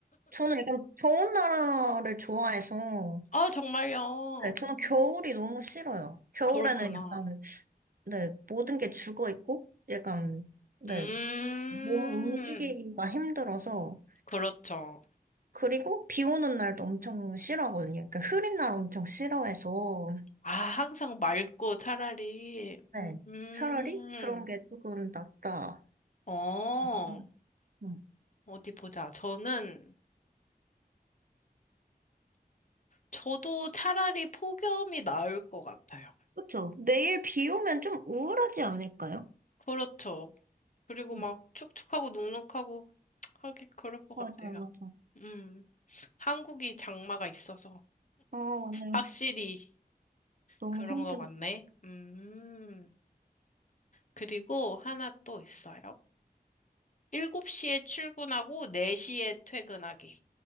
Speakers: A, on the right; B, on the left.
A: 저는 약간 더운 나라를 좋아해서
B: 아, 정말요?
A: 네, 저는
B: 음,
A: 겨울이 너무 싫어요. 겨울에는
B: 그렇구나.
A: 약간, 네, 모든 게 죽어 있고, 약간, 네,
B: 음,
A: 몸을 움직이기가 힘들어서,
B: 그렇죠.
A: 그리고 비 오는 날도 엄청 싫어하거든요. 그러니까 흐린 날 엄청 싫어해서,
B: 아, 항상 맑고 차라리,
A: 네,
B: 음, 음.
A: 차라리 그런 게 조금 낫다.
B: 어,
A: 음, 음.
B: 어디 보자. 저는, 저도 차라리 폭염이 나을 것 같아요.
A: 그쵸? 매일 비 오면 좀 우울하지 않을까요?
B: 그렇죠. 그리고
A: 음,
B: 막 축축하고 눅눅하고 하기 그럴 것
A: 맞아요,
B: 같아요.
A: 맞아요.
B: 음, 한국이 장마가 있어서
A: 아, 맞아요.
B: 확실히
A: 너무
B: 그런
A: 힘들어.
B: 것 같네. 음, 그리고 하나 또 있어요. 7시에 출근하고 4시에 퇴근하기.